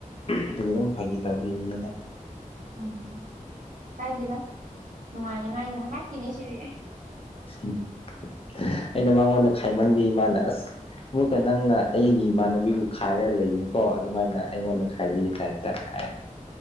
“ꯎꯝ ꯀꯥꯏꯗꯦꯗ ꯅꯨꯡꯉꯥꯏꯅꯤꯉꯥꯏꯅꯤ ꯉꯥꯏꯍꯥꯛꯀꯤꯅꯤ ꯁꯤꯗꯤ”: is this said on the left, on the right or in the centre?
Right